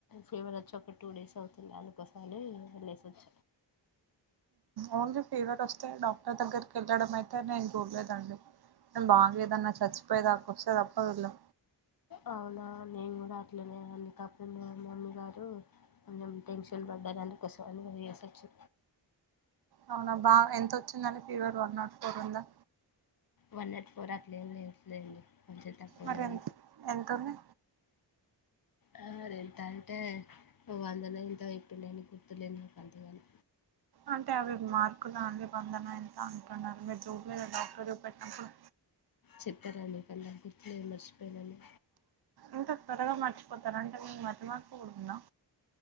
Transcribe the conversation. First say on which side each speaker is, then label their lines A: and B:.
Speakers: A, on the left; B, on the right.
A: ఫీవర్ వచ్చి ఒక టూ డేస్ అవుతుంది, అందుకోసారి వెళ్లేసి వచ్చ
B: ఓన్లీ ఫీవర్ వస్తే డాక్టర్ దగ్గరికి వెళ్ళడం అయితే నేను చూడలేదండి. న బాగాదన్నా చచ్చిపోయదాక వచ్చే తప్పదుల్లో
A: అవునా నేను కూడా అట్లేనే అని కాకుండా మమ్మీ గారు, కొంచెం టెన్షన్ పడ్డారు అందుకోసం అనువి చేసొచ్చు
B: అవునా బాగా ఎంత వచ్చిందని ఫీవర్ వన్ నాట్ ఫోర్ ఉందా
A: వన్ నాట్ ఫోర్ అట్లేమ్ లేదులెండి కొంచతప్పలోం
B: మరి ఎంత ఎంత ఉంది
A: అ ఎంతంటే ఓ వందన ఎంతో ఇప్పుడు నేను గుర్తులేను నాకు అంతగాని
B: అంటే అవి మార్కులు అన్ని వందన ఎంత అంటున్నారు మీరు చూడలేద డాక్టరు పేట్టినప్పుడు
A: చెప్పారండి కానీ నాకు గుర్తులేదు మర్చిపోయినాను
B: ఇంత త్వరగా మర్చిపోతార అంటే మీకు మతిమరుపు పోడుందా